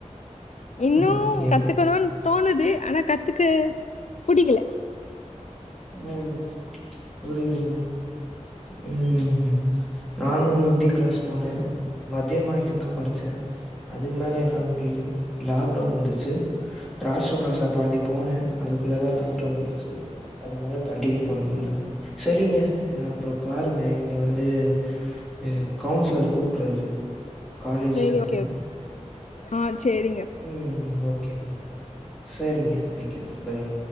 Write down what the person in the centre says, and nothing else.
ஓகேங்க.
ம் புரியுதுங்க ம் ம் நானு இந்தி கிளாஸ் போனே மதியோமாய்க்கு தா படிச்சே அதுக்கு மேலே என்னால முடியல லாக்டவுன் வந்துச்சு ராஷ்ட்ர பாஷா பாதி போனே அதுக்குள்ளதா லாக்டவுன் வந்துச்சு அது மேல கன்டினியூ பண்ண முட்லங்க சரிங்க எ அப்றோ பாருங்க இங்க வந்து எ கவுன்சிலர் கூப்ட்றாரு காலேஜ்ல
இருக்கே
ம் ஓகேங்க சரிங்க வைக்றே பாய்